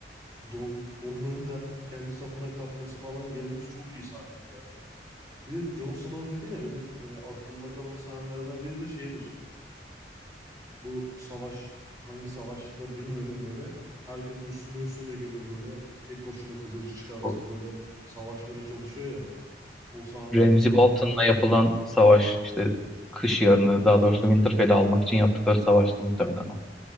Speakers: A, on the right; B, in the centre.
A: don, onların da kendi safına katması falan gelmesi çok iyi sahneydi ya. Bir de Jon Snow dedin ya benim e, aklımda kalan sahnelerden biri de şeydir. Bu savaş hangi savaşta bilmiyorum böyle. Herkes üstüne üstüne geliyor böyle. Tek başına kılıcı çıkartıp
B: Bu
A: böyle savaşmaya çalışıyor ya. O sahne
B: Ramsay Bolton'la yapılan savaş işte kış yarını daha doğrusu Winterfell'i almak için yaptıkları savaştı muhtemelen o.